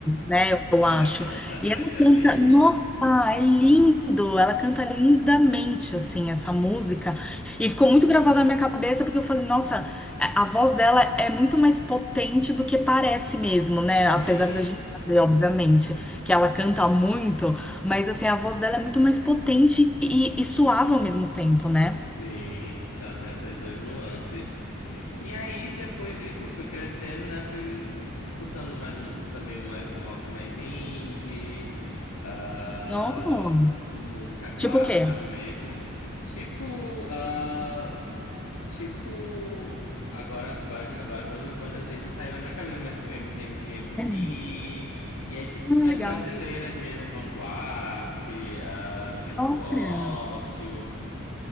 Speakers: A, in the centre; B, on the left (about 80°).
A: né? Eu
B: Que
A: acho.
B: ela canta, né?
A: E ela
B: Eu já
A: canta,
B: vi.
A: nossa, é lindo! Ela canta lindamente, assim, essa música. E ficou muito gravado na minha cabeça, porque eu falei, nossa. A a voz dela é muito mais potente do que parece mesmo, né?
B: Sim.
A: Apesar da gente saber, obviamente, que ela canta muito, mas assim, a voz dela é muito mais potente e, e suave ao mesmo tempo, né?
B: Sim, ela tem essas duas nuances. E aí, depois disso, eu fui crescendo, né? Fui escutando mais mu- também mais, um rock mais indie, ah,
A: Oh,
B: música clássica
A: tipo o quê?
B: mesmo. Tipo, ah, tipo, agora, agora, que- agora todas as bandas indies saíram na minha cabeça, mas tipo M- MGMT.
A: Ah,
B: E aí, tipo,
A: legal.
B: tinha as brasileiras mesmo, Vanguard, ah, Vivendo
A: Olha,
B: do Ócio.